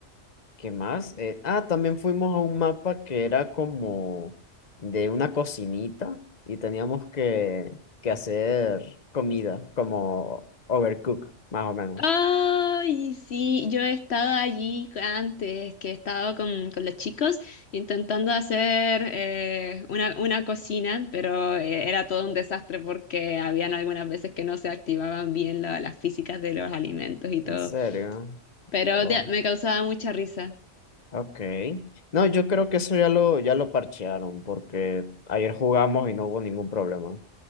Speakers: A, on the left (about 35°); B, on the left (about 60°).
A: ¿qué más? Eh, ah, también fuimos a un mapa que era como de una cocinita y teníamos que, que hacer comida, como overcook, más o menos.
B: Ay, sí, yo he estado allí antes, que he estado con, con los chicos intentando hacer eh, una, una cocina, pero eh, era todo un desastre porque habían algunas veces que no se activaban bien la- las físicas de los alimentos y
A: ¿En
B: todo,
A: serio?
B: pero
A: Oh.
B: de- me causaba mucha risa.
A: Ok. No, yo creo que eso ya lo, ya lo parchearon, porque ayer jugamos y no hubo ningún problema.